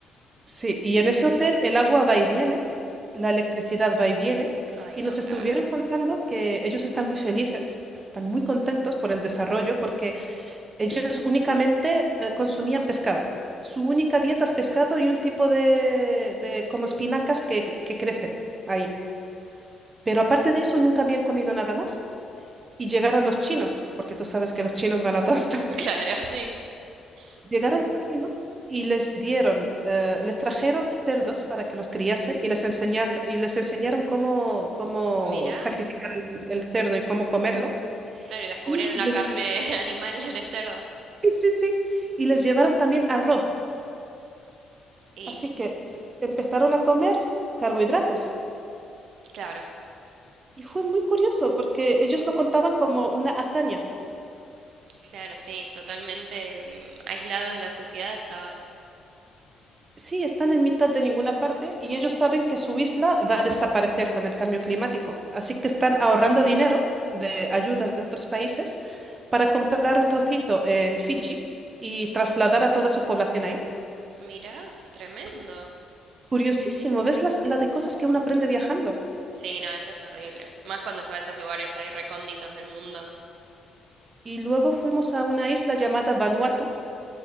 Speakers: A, on the right; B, on the right.
A: Sí, y en ese hotel el agua va y viene, la electricidad va y viene,
B: Ay,
A: y
B: no,
A: nos estuvieron
B: claro.
A: contando que ellos están muy felices, están muy contentos por el desarrollo, porque ellos únicamente eh, consumían pescado. Su única dieta es pescado y un tipo de, de como espinacas que, que crecen ahí. Pero aparte de eso, nunca habían comido nada más. Y llegaron los chinos, porque tú sabes que los chinos van a todas <laughs> partes.
B: <laughs> Claro, sí.
A: Llegaron los chinos y les dieron, eh, les trajeron cerdos para que los criasen y les enseña- y les enseñaron cómo, cómo
B: Mira.
A: sacrificar el, el cerdo y cómo comerlo.
B: Claro, y descubrieron
A: Y les,
B: la carne <laughs> animal de cerdo.
A: sí, sí, sí, y les llevaron también arroz.
B: Y
A: Así que empezaron a comer carbohidratos.
B: claro,
A: Y fue muy curioso porque ellos lo contaban como una hazaña.
B: claro, sí, totalmente mm, aislados de la sociedad estaban.
A: Sí, están en mitad de ninguna parte y ellos saben que su isla va a desaparecer con el cambio climático. Así que están ahorrando dinero de ayudas de otros países para comprar un trocito en Fiji y trasladar a toda su población ahí.
B: Mira, tremendo.
A: Curiosísimo, ¿ves las, la de cosas que uno aprende viajando?
B: Sí, no, eso es terrible. Más cuando se va a esos lugares ahí recónditos del mundo.
A: Y luego fuimos a una isla llamada Vanuatu